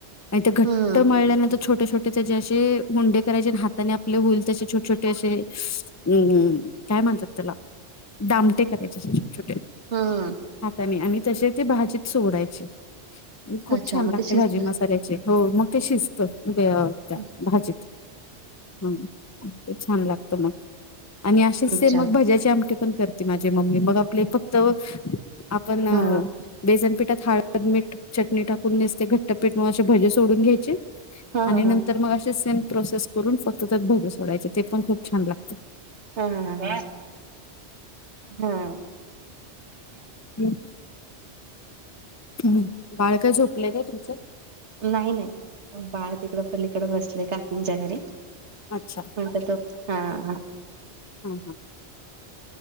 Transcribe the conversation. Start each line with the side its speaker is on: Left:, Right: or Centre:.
Left: आणि ते घट्ट
Right: हं,
Left: मळल्यानंतर छोटे छोटे तेचेअसे हुंडे करायचे हाताने आपले होईल तसे छोटे छोटे असे अम्म्म काय म्हणतात त्याला दामटे असे छोटे छोटे
Right: हं.
Left: हाताने आणि तसे ते भाजीत सोडायचे. खूप
Right: अच्छा
Left: छान
Right: मग
Left: लागते
Right: ते शिजलं.
Left: भाजी मसाल्याची हो मग ते शिजतं म ते त्या
Right: हं,
Left: भाजीत हं. छान लागतं मग आणि असेच
Right: हं. अच्छा.
Left: सेम मग भज्याची आमटी पण करते माझी मम्मी मग आपले प ते आपण अं
Right: हां, हां.
Left: बेसनपीठात हळद मीठ चटणी टाक नीसते घट्टपीठ म असे भजे सोडून घ्यायचे
Right: हां,
Left: आणि
Right: हां,
Left: नंतर
Right: हां.
Left: मग असे सेम प्रोसेस करून फक्त त्यात भजे सोडायचे ते पण खूप छान लागतं.
Right: हम्म हम्म.
Left: हम्म. हम्म बाळ काय झोपलय का तुमचं?
Right: नाही नाही बाळ तिकडं पलीकडं बसलय काकींच्या घरी.
Left: अच्छा.
Right: <unintelligible> हा.
Left: ह ह